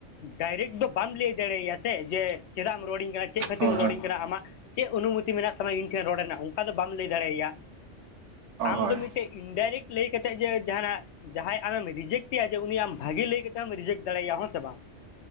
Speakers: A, on the left; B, on the right.
A: ᱰᱟᱭᱨᱮᱠᱴ ᱫᱚ ᱵᱟᱢ ᱞᱟᱹᱭ ᱫᱟᱲᱮᱣᱭᱟ ᱥᱮ ᱡᱮ ᱪᱮᱫᱟᱜ ᱮᱢ ᱨᱚᱲᱤᱧ ᱠᱟᱱᱟ ᱪᱮᱜ ᱠᱷᱟᱹᱛᱤᱨᱮᱢ
B: ᱦᱳᱭ
A: ᱨᱚᱲᱤᱧ
B: ᱦᱳᱭ
A: ᱠᱟᱱᱟ ᱟᱢᱟᱜ ᱪᱮᱫ ᱚᱱᱩᱢᱚᱛᱤ ᱢᱮᱱᱟᱜ ᱛᱟᱢᱟ ᱤᱧ ᱴᱷᱮᱱ ᱨᱚᱲ ᱨᱮᱱᱟᱜ ᱚᱱᱠᱟ ᱫᱚ ᱵᱟᱢ ᱞᱟᱹᱭ ᱫᱟᱲᱮᱭᱟᱭᱟ ᱟᱢ
B: ᱦᱳᱭ
A: ᱫᱚ ᱢᱤᱜᱴᱮᱜ ᱤᱱᱰᱟᱭᱨᱮᱠᱴ ᱞᱟᱹᱭ ᱠᱟᱛᱮ ᱡᱮ ᱡᱟᱦᱟᱱᱟᱜ ᱡᱟᱦᱟᱸᱭ ᱟᱢᱮᱢ ᱨᱤᱡᱮᱠᱴᱮᱭᱟ ᱡᱮ ᱩᱱᱤ ᱟᱢ ᱵᱷᱟᱜᱮ ᱞᱟᱹᱭ ᱠᱟᱛᱮᱢ ᱨᱤᱡᱮᱠᱴ ᱫᱟᱲᱮᱭᱟᱭᱟ ᱦᱚᱸ ᱥᱮ ᱵᱟᱝ?